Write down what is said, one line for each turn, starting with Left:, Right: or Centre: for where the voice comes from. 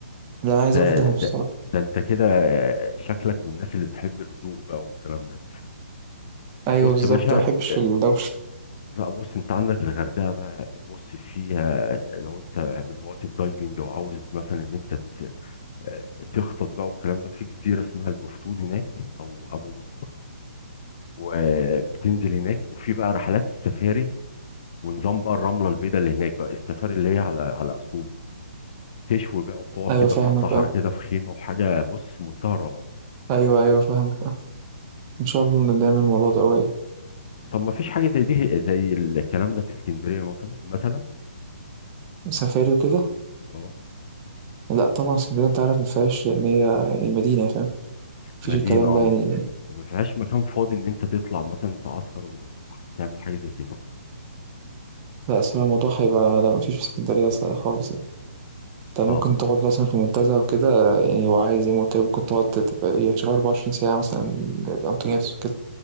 Right: لا عايز
Left: ده
Right: اروح دهب
Left: ده
Right: الصراحه
Left: ده انت كده شكلك من الناس اللي بتحب الهدوء بقى والكلام ده
Right: ايوه
Left: بص
Right: بالظبط
Left: يا باشا
Right: ما بحبش
Left: آه،
Right: الدوشه
Left: لا بص انت عندك الغردقه بقى بص فيها لو انت من هواة الدايفنج وعاوز مثلا ان انت آه، تغطس بقى والكلام ده في جزيرة اسمها الجفتون هناك أو أبو منقار وبتنزل هناك وفي بقى رحلات السفاري ونظام بقى الرملة البيضاء اللي هناك بقى السفاري اللي هي على على أصوله تشوي بقى وتقعد
Right: ايوه
Left: كده
Right: فاهمك
Left: في الصحراء
Right: اه
Left: كده في خيمة وحاجة بص منتهى الروعة
Right: ايوه ايوه فاهمك اه ان شاء الله نعمل الموضوع ده قريب
Left: طب ما فيش حاجة زي دي زي الكلام ده في اسكندرية مثلا مثلا
Right: سفاري وكده
Left: اه
Right: لا طبعا اسكندريه انت عارف ما فيهاش ان هي المدينه فاهم مفيش
Left: مدينة
Right: الكلام
Left: اه
Right: ده يعني
Left: ما فيهاش مكان فاضي ان انت تطلع مثلا تعسكر وتعمل حاجة زي كده
Right: لا صراحه الموضوع هيبقى لا مفيش في اسكندريه خالص يعني. انت
Left: صعب
Right: ممكن تقعد مثلا في المنتزه وكده يعني وعايز زي ما قلت لك ممكن تقعد تبقى هي شغاله 24 ساعه مثلا انتونياتس وكده